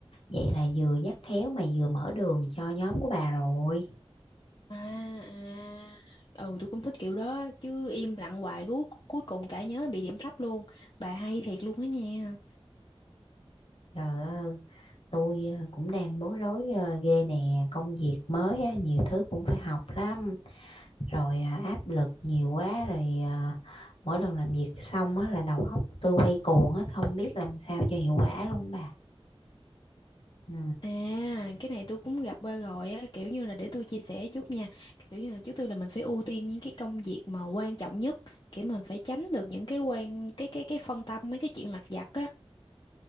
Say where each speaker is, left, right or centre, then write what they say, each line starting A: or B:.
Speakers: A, on the left (about 65°); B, on the left (about 50°).
A: vậy là vừa nhắc khéo mà vừa mở đường cho nhóm của bà rồi
B: À, à. Ừ tôi cũng thích kiểu đó chứ im lặng hoài cuối cuối cùng cả nhóm bị điểm thấp luôn bà hay thiệt luôn á nha
A: rồi Tôi ờ, cũng đang bối rối ờ, ghê nè, công việc mới á, nhiều thứ cũng phải học lắm, rồi ờ, áp lực nhiều quá rồi ờ, mỗi lần làm việc xong á, là đầu óc tôi quay cuồng hết không biết làm sao cho hiệu quả luôn bà. Ừ.
B: À, cái này tôi cũng gặp qua rồi á, kiểu như là để tôi chia sẻ chút nha. Kiểu như là trước tiên là mình phải ưu tiên những cái công việc mà quan trọng nhất, kiểu mình phải tránh được những cái quan cái cái cái phân tâm mấy cái chuyện lặt vặt á.